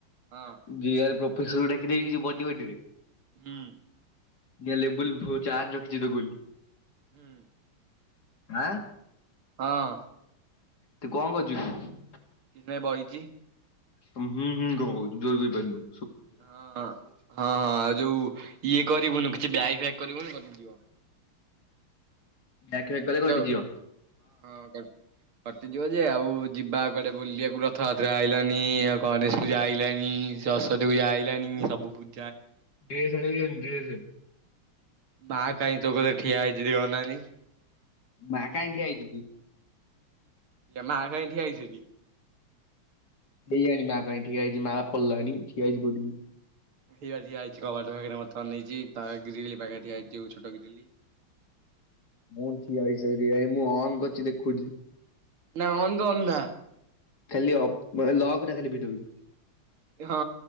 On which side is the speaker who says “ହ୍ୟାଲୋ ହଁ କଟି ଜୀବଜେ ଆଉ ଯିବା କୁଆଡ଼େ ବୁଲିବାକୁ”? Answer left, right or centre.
Right